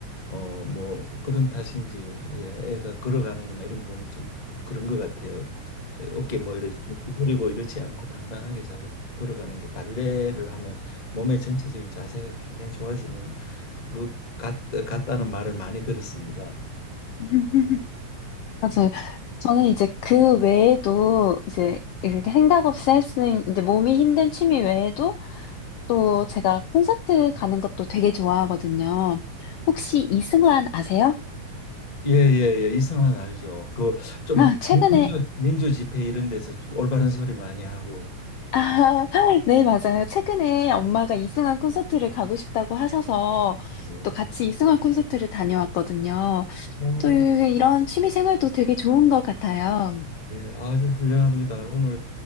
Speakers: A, on the left; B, on the left.
A: 어, 뭐 그런 탓인지 예, 애가 걸어가는구나 이런 거 보면 좀 그런 것 같아요. 에, 어깨 뭐 이렇게 쭉 구부리고 이렇지 않고 당당하게 잘 걸어가는 게 발레를 하면 몸의 전체적인 자세가 굉장히 좋아지는 것 같, 같다는 말을 많이 들었습니다.
B: <laughs> 맞아요. 저는 이제 그 외에도 이제 이렇게 생각 없이 할 수 있는 이제 몸이 힘든 취미 외에도 또 제가 콘서트 가는 것도 되게 좋아하거든요. 혹시 이승환 아세요?
A: 예예예 이성환 알죠. 그 좀
B: 아, 최근에,
A: 민주 민주 집회 이런 데서 좀 올바른 소리 많이 하고.
B: 아, <laughs> 네, 맞아요. 최근에 엄마가 이승환 콘서트를 가고 싶다고 하셔서
A: 네.
B: 또 같이 이승환 콘서트를 다녀왔거든요.
A: 어,
B: 또 이런 취미 생활도 되게 좋은 것 같아요.
A: 예, 오, 예, 아주 훌륭합니다. 오늘